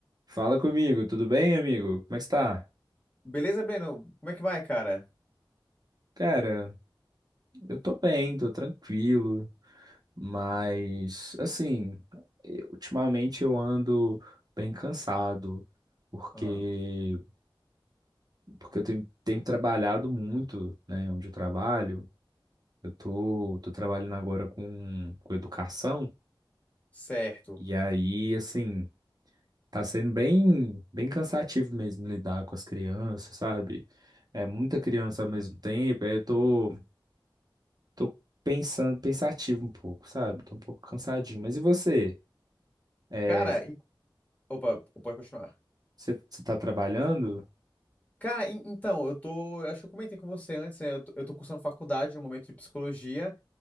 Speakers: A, on the right; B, on the left.
A: Fala comigo, tudo bem, amigo? Como é que está?
B: Beleza, Breno? Como é que vai, cara?
A: Cara, eu tô bem, tô tranquilo, mas assim, eu- ultimamente eu ando bem cansado, porque
B: Ah,
A: porque eu tenho, tenho trabalhado muito, né, onde eu trabalho. Eu tô, tô trabalhando agora com, com educação,
B: certo.
A: e aí, assim, tá sendo bem, bem cansativo mesmo lidar com as crianças, sabe? É muita criança ao mesmo tempo, aí eu tô Tô pensando, pensativo um pouco, sabe? Tô um pouco cansadinho. Mas e você? É,
B: Cara, em- opa, pode continuar.
A: você você tá trabalhando?
B: Cara, en- então, eu tô. Acho que eu comentei com você antes, né? Eu tô, eu tô cursando faculdade no momento de psicologia.